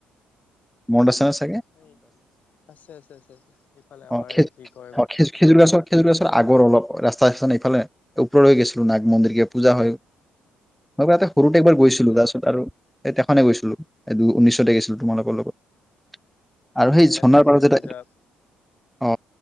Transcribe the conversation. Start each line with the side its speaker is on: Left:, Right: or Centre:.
Centre: মডচা
Left: এই, আছে আছে আছে আছে, ইফালে আমাৰ
Centre: অ খেজ
Left: এই কি ক
Centre: অ খ খেজুৰ গছৰ, খেজুৰ গছৰ আগৰ অলপ ৰাস্তা এইফালে ওপৰলৈ গেছিলোঁ নাগ মন্দিৰ কে পূজা হৈ, মই বো সৰুটে একবাৰ
Left: অ
Centre: গৈছিলোঁ
Left: এইটো
Centre: তাৰছত আৰু এ তেখনে গৈছিলো। এ দুই উঊচতে গেছিলোঁ তোমালোকৰ লগত। আৰু
Left: অ
Centre: সেই
Left: ইয়াতে
Centre: ঝৰ্নাৰ
Left: হয়
Centre: পাৰত যে
Left: পূজা
Centre: এটা, অ